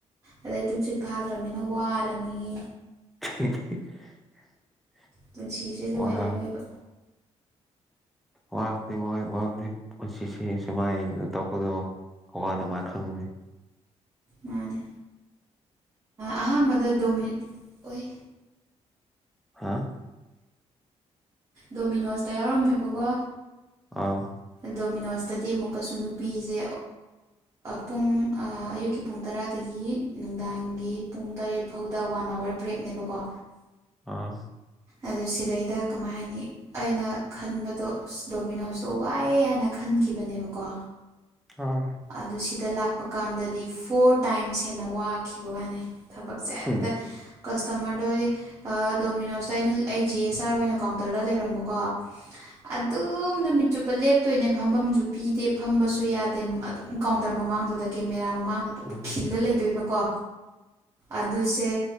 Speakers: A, on the right; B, in the centre.
A: ꯑꯗꯩ ꯇꯨꯝꯁꯤꯠ ꯐꯥꯗ꯭ꯔꯅꯤꯅ ꯋꯥꯔꯅꯤ
B: <inaudible>
A: ꯄꯨꯟꯁꯤꯁꯦ ꯂꯣꯏꯔꯦ
B: ꯋꯥꯕ
A: ꯑꯣꯏꯕ
B: ꯋꯥꯅꯤ ꯋꯥꯅꯤ ꯄꯨꯟꯁꯤꯁꯤ ꯁꯨꯃꯥꯏ ꯇꯧꯕꯗꯣ ꯍꯋꯥ ꯅꯨꯡꯉꯥꯏꯅ ꯈꯪꯕꯅꯤ
A: ꯃꯥꯅꯦ ꯑꯍꯥꯟꯕꯗ ꯗꯣꯃꯤꯠ ꯑꯣꯏ
B: ꯍꯥꯥ
A: ꯗꯣꯃꯤꯅꯣꯁꯇ ꯌꯥꯎꯔꯝꯃꯦꯕꯀꯣ
B: ꯑꯥ
A: ꯗꯣꯃꯤꯅꯣꯁꯇꯗꯤ ꯑꯃꯨꯛꯀꯁꯨ ꯅꯨꯄꯤꯁꯦ ꯄꯨꯡ ꯑꯌꯨꯛꯀꯤ ꯄꯨꯡ ꯇꯔꯥꯗꯒꯤ ꯅꯨꯡꯗꯥꯡꯒꯤ ꯄꯨꯡ ꯇꯔꯦꯠ ꯐꯥꯎꯗ ꯋꯥꯟ ꯑꯋꯥꯔ ꯕ꯭ꯔꯦꯛꯅꯦꯕꯀꯣ
B: ꯑꯥ
A: ꯑꯗꯨ ꯁꯤꯗꯩꯗ ꯀꯃꯥꯏꯅꯤ ꯑꯩꯅ ꯈꯟꯕꯗꯣ ꯗꯣꯃꯤꯅꯣꯁꯇꯣ ꯋꯥꯏꯑꯦ ꯍꯥꯏꯅ ꯈꯟꯒ ꯈꯪꯈꯤꯕꯅꯦꯕꯀꯣ
B: ꯑꯥ
A: ꯑꯗꯨ ꯁꯤꯗ ꯂꯥꯛꯄ ꯀꯥꯟꯗꯗꯤ ꯐꯣꯔ ꯇꯥꯏꯝꯁ ꯍꯦꯟꯅ ꯋꯥꯈꯤꯕ ꯋꯥꯅꯦ ꯊꯕꯛꯁꯦ ꯑꯦꯛꯇ
B: ꯍꯝ
A: ꯀꯁꯇꯃꯔꯗꯣ ꯗꯣꯃꯤꯅꯣꯁꯇ ꯑꯩꯅ ꯑꯩ ꯖꯤ ꯑꯦꯁ ꯑꯥꯔ ꯑꯣꯏꯅ ꯀꯥꯎꯟꯇꯔꯗ ꯂꯩꯔꯝꯕꯀꯣ ꯑꯗꯨꯝ ꯅꯨꯃꯤꯠ ꯆꯨꯞꯄ ꯂꯦꯞꯇꯣꯏꯅꯦ ꯐꯝꯐꯝꯁꯨ ꯄꯤꯗꯦ ꯐꯝꯕꯁꯨ ꯌꯥꯗꯦ ꯑꯗꯨꯝ ꯀꯥꯎꯟꯇꯔ ꯃꯃꯥꯡꯗꯨꯗ ꯀꯦꯃꯦꯔꯥ ꯃꯃꯥꯡꯗ ꯑꯗꯨꯝ
B: ꯑꯥ
A: ꯈꯤꯜꯂ ꯂꯩꯗꯣꯏꯕꯀꯣ ꯑꯗꯨꯁꯦ